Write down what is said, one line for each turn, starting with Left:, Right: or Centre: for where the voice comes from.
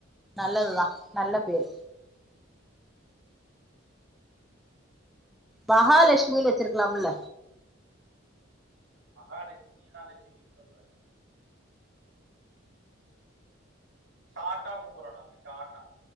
Centre: நல்லதுதா நல்ல பேரு மகாலட்சுமின்னு வச்சிருக்கலாம்ல
Right: மகாலட்சுமி தா லட்சுமின்னு சொல்றே ஷாட்டா கூப்புறோ நான்னு ஷாட்டா